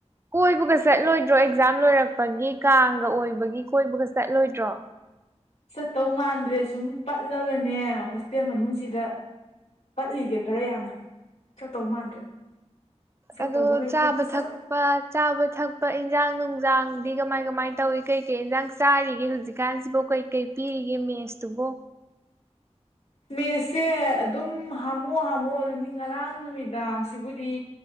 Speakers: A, on the right; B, on the left.
A: ꯀꯣꯏꯕꯒ ꯆꯠꯂꯣꯏꯗ꯭ꯔꯣ ꯑꯦꯛꯖꯥꯝ ꯂꯣꯏꯔꯛꯄꯒꯤ ꯀꯥꯡꯒ ꯑꯣꯏꯕꯒꯤ ꯀꯣꯏꯕꯒ ꯆꯠꯂꯣꯏꯗ꯭ꯔꯣ
B: ꯆꯠꯇꯧ ꯃꯥꯟꯗ꯭ꯔꯦ ꯁꯨꯝ ꯄꯠꯂꯒꯅꯦ ꯍꯣꯁꯇꯦꯜ ꯃꯅꯨꯡꯁꯤꯗ ꯀꯠꯂꯤꯒꯦ ꯈꯔ ꯌꯥꯝꯅ ꯆꯠꯇꯧ ꯃꯥꯟꯗ꯭ꯔꯦ ꯆꯠꯇꯧꯕ
A: ꯑꯗꯣ
B: ꯂꯩꯇꯦꯗ
A: ꯆꯥꯕ
B: ꯆꯠꯂꯣꯏ
A: ꯊꯛꯄ ꯆꯥꯕ ꯊꯛꯄ ꯏꯟꯖꯥꯡ ꯅꯨꯡꯖꯥꯡꯗꯤ ꯀꯃꯥꯢ ꯀꯃꯥꯢ ꯇꯧꯢ ꯀꯩꯀꯩ ꯏꯟꯖꯥꯡ ꯆꯥꯔꯤꯒꯦ ꯍꯧꯖꯤꯛꯀꯥꯟꯁꯤꯕꯨ ꯀꯩ ꯀꯩ ꯄꯤꯔꯤꯒꯦ ꯃꯦꯁꯇꯨꯕꯣ
B: ꯃꯦꯁꯁꯦ ꯑꯗꯨꯝ ꯍꯥꯝꯃꯨ ꯍꯥꯝꯃꯨ ꯑꯗꯨꯅꯤ ꯉꯔꯥꯡ ꯅꯨꯃꯤꯗꯥꯡꯁꯤꯕꯨꯗꯤ